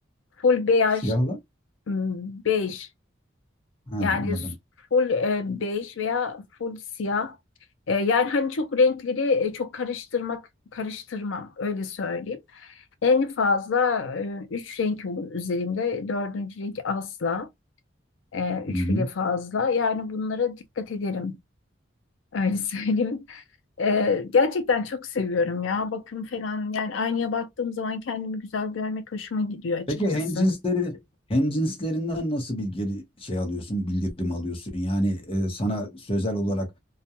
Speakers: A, on the left (about 85°); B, on the left (about 30°).
A: Full beyaz,
B: Siyahla?
A: m, bej.
B: Ha
A: Yani
B: anladım.
A: s- full e, bej veya full siyah. E, yani hani çok renkleri e, çok karıştırmak karıştırmam öyle söyleyeyim. En fazla e, üç renk olur üzerimde. Dördüncü renk asla. E, üç
B: Hı hı.
A: bile fazla. Yani bunlara dikkat ederim. Öyle <laughs> söyleyeyim. E, gerçekten çok seviyorum ya. Bakım falan. Yani aynaya baktığım zaman kendimi güzel görmek hoşuma gidiyor açıkçası.
B: Peki hemcinsleri hemcinslerinden nasıl bir geri şey alıyorsun, bildirim alıyorsun? Yani e, sana sözel olarak